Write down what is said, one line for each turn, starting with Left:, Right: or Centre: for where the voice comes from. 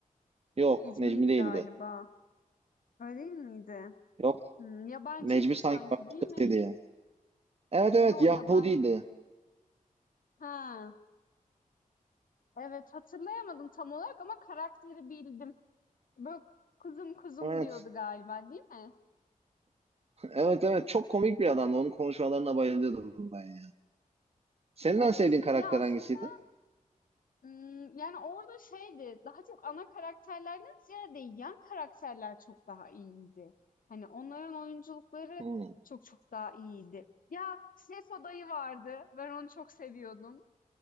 Right: Yok,
Left: Necmi'ydi
Right: Necmi değildi.
Left: galiba. Öyle değil miydi?
Right: Yok,
Left: Hmm, yabancıydı
Right: Necmi sanki
Left: sanki,
Right: başkasıydı
Left: değil mi?
Right: ya. Evet evet
Left: Yo,
Right: Yahudiydi.
Left: yabancı. Ha, evet hatırlayamadım tam olarak ama karakteri bildim. Böyle kuzum kuzum
Right: Evet.
Left: diyordu
Right: <laughs>
Left: galiba, değil mi?
Right: Evet evet çok komik bir adamdı. Onun konuşmalarına bayılıyordum ben ya. Senin
Left: Evet.
Right: en sevdiğin karakter
Left: Ya aslında
Right: hangisiydi?
Left: Imm, yani, orada şeydi, daha çok ana karakterlerden ziyade yan karakterler çok daha iyiydi. Hani, onların oyunculukları
Right: Hmm.
Left: çok çok daha iyiydi. Ya, Seso dayı vardı. Ben onu çok seviyordum.